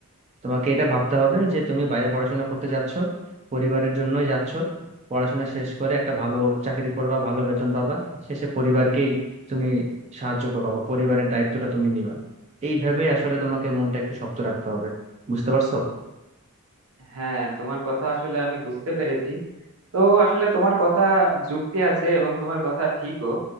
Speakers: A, on the right; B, on the right.
A: তোমাকে এটা ভাবতে হবে যে তুমি বাইরে পড়াশোনা করতে যাচ্ছ পরিবারের জন্যই যাচ্ছ পড়াশোনা শেষ করে একটা ভালো চাকরি করবা ভালো বেতন পাবা শেষে পরিবারকেই তুমি সাহায্য করবা বা পরিবারের দায়িত্বটা তুমি নিবা এইভাবে আসলে তোমাকে মনটা একটু শক্ত রাখতে হবে বুঝতে পারছো
B: হ্যাঁ তোমার কথা আসলে আমি বুঝতে পেরেছি তো আসলে তোমার কথা যুক্তি আছে এবং তোমার কথা ঠিকও